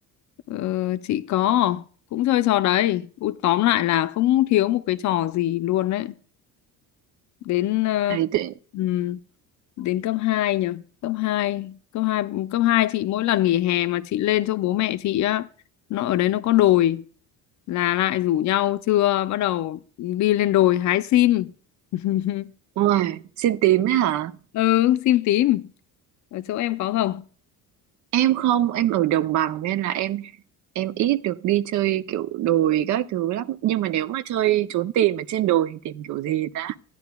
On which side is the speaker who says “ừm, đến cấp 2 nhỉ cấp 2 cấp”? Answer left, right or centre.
Left